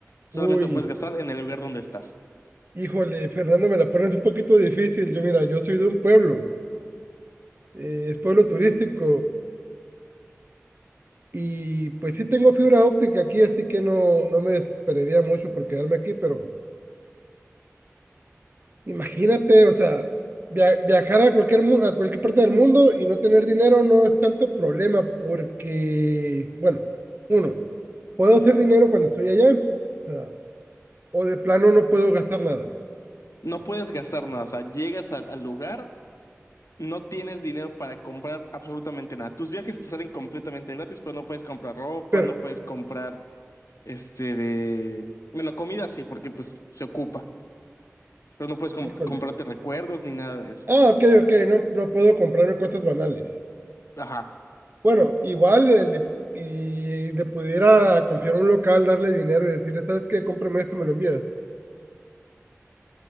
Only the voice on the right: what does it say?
uy,
híjole, Fernando, me la pones un poquito difícil. Yo, mira, yo soy de un pueblo, eh, es pueblo turístico Y pues sí tengo fibra óptica aquí, así que no, no me desesperaría mucho por quedarme aquí, pero imagínate, o sea, via- viajar a cualquier, mu- a cualquier parte del mundo y no tener dinero no es tanto problema porque, bueno, uno, puedo hacer dinero cuando estoy allá, o sea, o de plano no puedo gastar nada,
pero,
híjole,
ah, ok, ok, no, no puedo comprarme cosas banales.
Bueno, igual el- y le pudiera confiar a un local, darle dinero y decirle, ¿sabes qué? Cómprame esto y me lo envías.